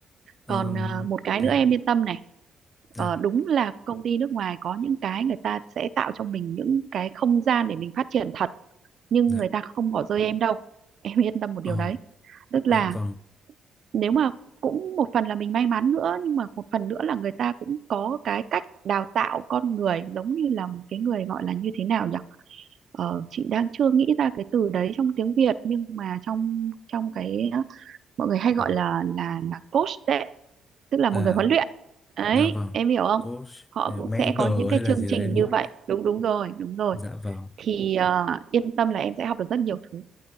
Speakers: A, on the left; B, on the right.
A: Ờm,
B: còn à, một cái nữa
A: dạ
B: em yên tâm này
A: dạ
B: Ờ, đúng là công ty nước ngoài có những cái người ta sẽ tạo cho mình những cái không gian để mình phát triển thật nhưng
A: dạ
B: người ta không bỏ rơi em đâu em yên tâm một điều
A: ờ
B: đấy tức là
A: dạ vâng
B: nếu mà cũng một phần là mình may mắn nữa nhưng mà một phần nữa là người ta cũng có cái cách đào tạo con người giống như là một cái người gọi là như thế nào nhỉ ờ, chị đang chưa nghĩ ra cái từ đấy trong tiếng Việt nhưng mà trong trong cái mọi người hay
A: kiểu
B: gọi là là là coach đấy tức là
A: à
B: một người huấn luyện đấy
A: dạ vâng
B: em hiểu không
A: coach
B: họ
A: hay là
B: cũng
A: mentor
B: sẽ có những cái
A: hay là
B: chương
A: gì
B: trình
A: đấy đúng
B: như
A: không
B: vậy đúng đúng rồi đúng rồi
A: dạ vâng
B: thì ờ, yên tâm là em sẽ học được rất nhiều thứ